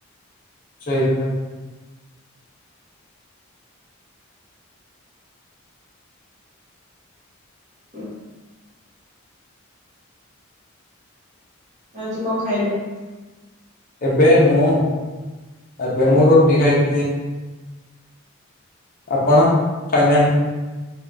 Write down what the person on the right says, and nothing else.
ତ ଆଜି କଣ ଖାଇଲେ?